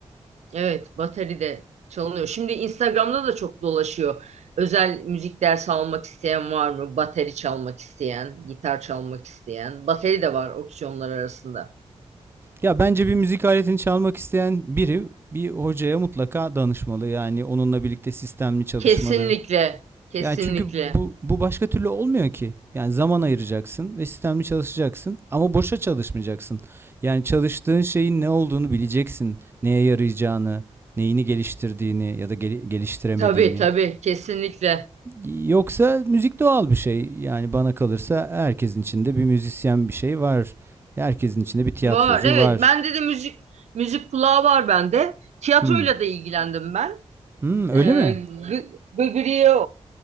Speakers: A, on the right (about 85°); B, on the right (about 20°).
A: Evet, bateri de çalınıyor. Şimdi Instagram'da da çok dolaşıyor. Özel müzik dersi almak isteyen var mı? Bateri çalmak isteyen, gitar çalmak isteyen. Bateri de var opsiyonlar arasında.
B: Ya bence bir müzik aletini çalmak isteyen biri bir hocaya mutlaka danışmalı. Yani onunla birlikte sistemli çalışmalı.
A: Kesinlikle, kesinlikle.
B: Yani çünkü bu bu başka türlü olmuyor ki. Yani zaman ayıracaksın ve sistemli çalışacaksın ama boşa çalışmayacaksın. Yani çalıştığın şeyin ne olduğunu bileceksin. Neye yarayacağını, neyini geliştirdiğini ya da gel- geliştiremediğini.
A: Tabii tabii, kesinlikle.
B: Yoksa müzik doğal bir şey. Yani bana kalırsa herkesin içinde bir müzisyen bir şey var. Herkesin içinde bir tiyatrocu
A: Var, evet.
B: var.
A: Bende de müzik müzik kulağı var bende. Tiyatroyla
B: Hmm.
A: da ilgilendim ben.
B: Hmm, öyle
A: Ee,
B: mi?
A: G- Gıgırı'yı